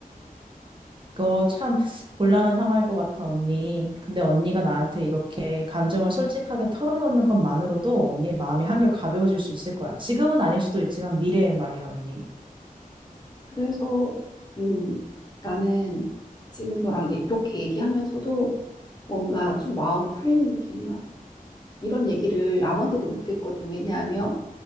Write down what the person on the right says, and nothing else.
그거 참 곤란한 상황일 것 같아, 언니. 근데 언니가 나한테 이렇게 감정을 솔직하게 털어놓는 것만으로도 언니의 마음이 한결 가벼워질 수 있을 거야. 지금은 아닐 수도 있지만 미래엔 말이야, 언니.